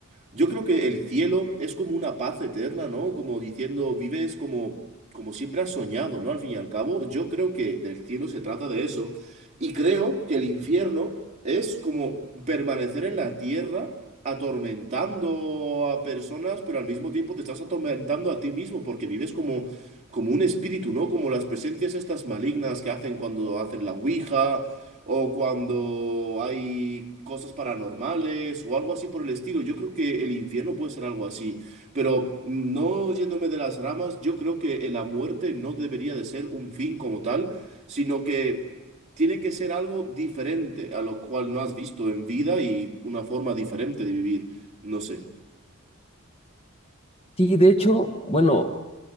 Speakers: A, on the right (about 35°); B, on the left (about 30°).
A: yo creo que el cielo es como una paz eterna, ¿no? Como diciendo, vives como, como siempre has soñado, ¿no? Al fin y al cabo, yo creo que del cielo se trata de eso. Y creo que el infierno es como permanecer en la tierra atormentando a personas, pero al mismo tiempo te estás atormentando a ti mismo porque vives como, como un espíritu, ¿no? Como las presencias estas malignas que hacen cuando hacen la ouija o cuando hay cosas paranormales o algo así por el estilo. Yo creo que el infierno puede ser algo así, pero no yéndome de las ramas, yo creo que la muerte no debería de ser un fin como tal, sino que tiene que ser algo diferente a lo cual no has visto en vida y una forma diferente de vivir. No sé.
B: Sí, de hecho, bueno.